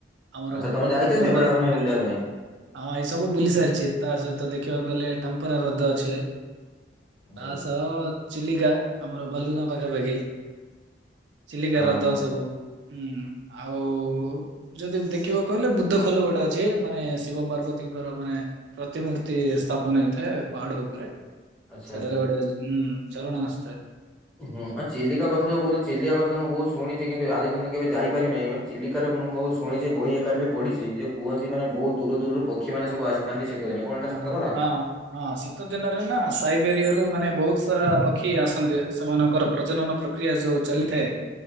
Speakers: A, on the right; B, in the centre.
A: ଆମର
B: ଆଚ୍ଛା
A: ଗୋପାଳପୁର
B: ତମେ ଯାଇଚ
A: ବନ୍ଦର
B: ସେ ବେଳାଭୂମି
A: ପାଖରେ
B: ବୁଲିବା ପାଇଁ?
A: ହଁ ଏଇ ସବୁ ବୁଲି ସାରିଛି ତା ସହିତ ଦେଖିବାକୁ ଗଲେ ଟାମ୍ପରା ର୍ରଦ ଅଛି।
B: ଆଚ୍ଛା।
A: ତା ସହ ଚିଲିକା ଆମର ବାଲୁଗାଁ ପାଖାପାଖି। ଚିଲିକା
B: ହଁ
A: ରଦ
B: ହଁ।
A: ସବୁ ହୁଁ ଆଉ। ଯଦି ଦେଖିବ କହିଲେ ବୁଦ୍ଧ ଖୋଲ ଗୋଟେ ଅଛି ମାନେ ଶିବ ପାର୍ବତୀଙ୍କର ମାନେ। ପ୍ରତିମୂର୍ତ୍ତି ସ୍ଥାପନ ହେଇଥାଏ ପହାଡ଼ ଉପରେ।
B: ଆଚ୍ଛା
A: ସେଟାରେ
B: ଆଚ୍ଛା।
A: ଗୋଟେ ହୁଁ ଝରଣା ଆସୁ ଥାଏ।
B: ହୁଁ ଆଉ ଚିଲିକା କଥା ଯୋଉ କହୁଲ ଚିଲିକା କଥା ତ ମୁଁ ବହୁତ ଶୁଣିଛି କିନ୍ତୁ ଆଜି ପର୍ଯ୍ୟନ୍ତ କେବେ ଯାଇପାରି ନାହିଁ ମାନେ ଚିଲିକାର ମୁଁ ବହୁତ ଶୁଣିଛି ବହି ଏକାରେ ବି ପଢିଚି ଯେ କୁହନ୍ତି ମାନେ ବହୁତ ଦୂର ଦୂରରୁ ପକ୍ଷୀ ମାନେ ସବୁ ଆସିଥାନ୍ତି ଶୀତଦିନେ କଣ
A: ହଁ
B: ଏଟା ସତ କଥା।
A: ହଁ ହଁ ଶୀତ ଦିନରେ ନା ସାଇବେରିଆ ରୁ ମାନେ ବହୁତ ସାରା ପକ୍ଷୀ ଆସନ୍ତି ସେମାନଙ୍କର ପ୍ରଜନନ ପ୍ର କ୍ରିୟା ଯଉ ଚାଲିଥାଏ।